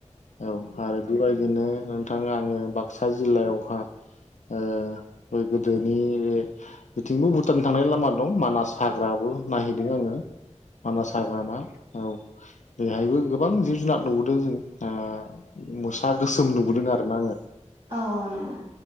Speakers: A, on the left (about 75°); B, on the right (about 50°).
A: औ आरो। बेबायदिनो नोंथां आङो बाक्सा जिल्लायावहा ओ बै गोदोनि बे बिथिंबो भुटान थांनाय लामा दं मानास। हाग्राबो नायहैदों आङो मानास हाग्रामा। औ बेहायबो गोबां जिब जुनार नबोदों जों ओ मोसा गोसोम नुबोदों आरो ना आङो।
B: औ औ नंगौ।